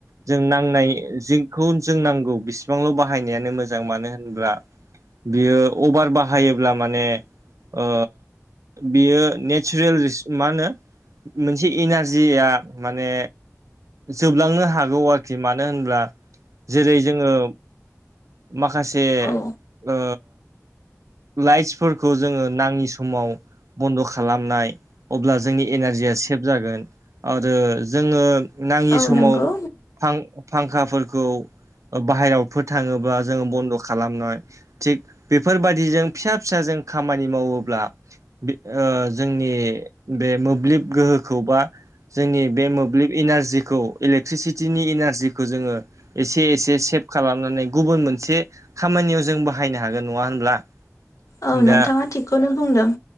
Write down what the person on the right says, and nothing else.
जों नांनाय जि खौ जों नांगौ बेसेबांल' बाहायनायानो मोजां मानो होनब्ला बियो अभार बाहायोब्ला माने ओ बियो नेसुरेल रिस मा होनो? मोनसे एनारजि आ माने जोबलांनो हा गौ आरखि मानो होनब्ला जेरै जोङो माखासे
ओ लाइट्स फोरखौ जोङो नाङि सम समाव बन्द' खालामनाय। अब्ला जोंनि एनारजिया सेभ जागोन आरो जोङो नाङि
समाव
फां फांखा फोरखौ बाहेराव फोर थाङोब्ला जोङो बन्द' खालामनाय। थिग बेफोरबादि जों फिसा फिसाजों जों खामानि मावोब्ला बि ओ जोंनि बे मोब्लिब गोहोखौ बा जोंनि बे मोब्लिब इनारजिखौ इलेक्ट्रिसिटिनि इनारजिखौ जोङो एसे एसे सेभ खालामनानै गुबुन मोनसे खामानियाव जों बाहायनो हागोन नङा होनब्ला?
दा